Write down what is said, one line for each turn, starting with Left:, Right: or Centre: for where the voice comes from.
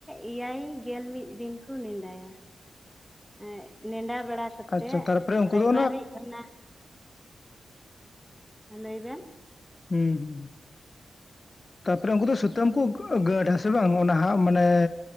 Centre: ᱮᱭᱟᱭ ᱜᱮᱞ ᱢᱤᱫ ᱫᱤᱱ ᱠᱚ ᱱᱮᱰᱟᱭᱟ᱾ ᱮᱜ ᱱᱮᱰᱟ ᱵᱟᱲᱟ ᱠᱟᱛᱮᱜ
Left: ᱟᱪᱪᱷᱟ ᱛᱟᱨᱯᱚᱨᱮ ᱩᱱᱠᱩ
Centre: ᱨᱟᱭᱵᱟᱨᱤᱡ
Left: ᱫᱚ
Centre: ᱚᱱᱟ ᱞᱟᱹᱭ ᱵᱮᱱ
Left: ᱦᱩᱸ ᱦᱩᱸ ᱛᱟᱯᱚᱨᱮ ᱩᱱᱠᱩ ᱫᱚ ᱥᱩᱛᱟᱹᱢ ᱠᱚ ᱜᱟᱹᱰᱟ ᱥᱮ ᱵᱟᱝ ᱚᱱᱟ ᱦᱟᱜ ᱢᱟᱱᱮ